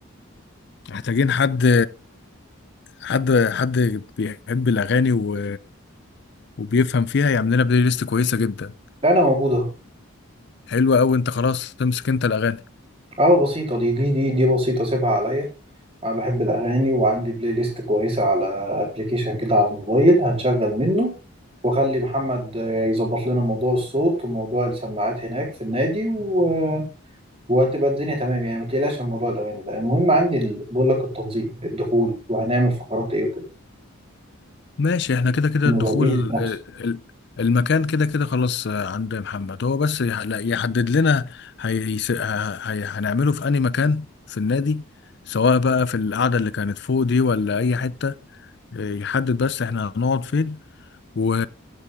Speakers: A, on the left; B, on the right.
A: محتاجين حد حد حد بيحب الأغاني و... وبيفهم فيها يعمل لنا بلاي ليست كويسة جدا
B: لا انا موجود اهو
A: حلوة أوي أنت خلاص تمسك أنت الأغاني
B: اه بسيطة دي دي دي دي بسيطة سيبها عليا أنا بحب الأغاني وعندي بلاي ليست كويسة على أبليكيشن كده على الموبايل هنشغل منه وأخلي محمد آه، يظبط لنا موضوع الصوت وموضوع السماعات هناك في النادي و... وهتبقى الدنيا تمام يعني ما تقلقش من موضوع الأغاني ده المهم عندي ال- بقول لك التنظيم الدخول وهنعمل فقرات إيه وكده
A: ماشي احنا كده كده
B: الموضوع
A: الدخول
B: الإيفنت نفسه
A: ال- ال- المكان كده كده خلاص آه، عند محمد هو بس يح- لا، يحدد لنا هي... هي... هنعمله في أي مكان في النادي سواء بقى في القعدة اللي كانت فوق دي ولا أي حتة آه، يحدد بس احنا هنقعد فين و...